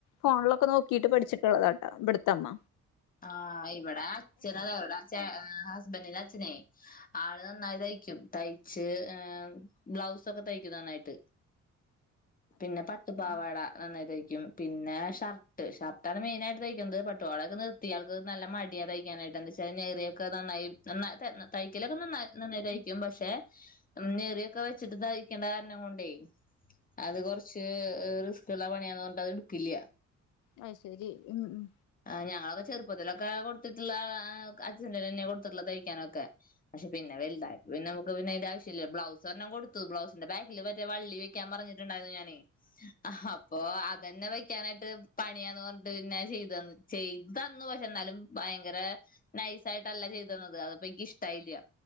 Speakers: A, on the left; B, on the left.
A: ഫോണിലൊക്കെ നോക്കീട്ട് പഠിച്ചിട്ടുള്ളതാട്ടോ ഇവുടുത്തമ്മ
B: ആഹ് ഇവിടെ അച്ഛന് അതാ ഇവിടെച്ചാ ഹസ് ഹസ്ബൻഡിന്റെ അച്ഛന് ആള് നന്നായി തയ്ക്കും തയ്ച്ച് ഏമ് ബ്ലൗസൊക്കെ തയ്ക്കും നന്നായിട്ട് പിന്നെ പട്ടുപാവാട പാവാട നന്നായി തയ്ക്കും പിന്നെ ഷർട്ട് ഷർട്ടാണ് മെയിനായിട്ട് തയ്ക്കുന്നത് പട്ടു പാവാടൊക്കെ നി ഇയാൾക്ക് നല്ല മടിയാ തയ്ക്കാനായിട്ട്ന്താ വച്ചാൽ നേറിയൊക്കെ നന്നായി നന്നാക്കി തരണം തയ്ക്കലൊക്കെ നന്നായി തൈയ്ക്കും പക്ഷെ നെറിയൊക്കെ തൈ ചെറുത്തായിക്കണ്ട കാരണം കൊണ്ട അത് കൊറച്ച് കുറച്ച് റിസ്ക് ഉള്ള പണിയാന്ന് പറഞ്ഞ് അത് ഇടുക്കില്ല
A: അത് ശരി ഉം ഉം
B: ആഹ് ഞങ്ങളൊക്കെ ചെറുപ്പത്തിലൊക്കെ കൊടുത്തിട്ടുള്ള അച്ഛറെ തന്നെ കൊടുത്തിട്ടുള്ള തയ്ക്കാനൊക്കെ പക്ഷെ പിന്നെ വലുതായ പ്പെനമുക്ക് പിന്നെ ബ്ലൗസ് എരൊണം കൊടുത്തു ബ്ലൗസിന്റെ ബാക്കിൽമറ്റേ വള്ളി വെക്കാൻ പറഞ്ഞിട്ടുണ്ടായിരുന്നു ഞാന് ആഹ് അപ്പൊ അതന്നെ വെക്കാനായിട്ട് പണിയാന്ന് പറഞ്ഞിട്ട് പിന്നെ ചെയ്തന്ന് ചെയ്തു തന്നു പക്ഷെ എന്നാലും ഭയങ്കരെ നൈസായിയിട്ടല്ല ചെയ്ത് തന്നത് അത്പ്പോ എനിക്ക് ഇഷ്ടായില്ല